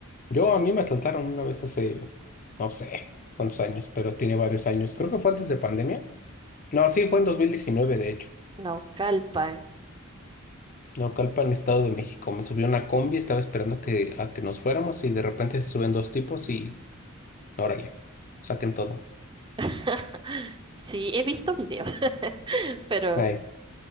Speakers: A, on the left; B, on the right.
A: Yo a mí me asaltaron una vez hace, no sé cuántos años, pero tiene varios años. Creo que fue antes de pandemia. No, sí, fue en 2019 de hecho.
B: Naucalpan.
A: Naucalpan, Estado de México. Me subió una combi, estaba esperando que, a que nos fuéramos y de repente se suben dos tipos y órale, saquen todo.
B: <laughs> Sí, he visto videos, <laughs> pero
A: Ahí.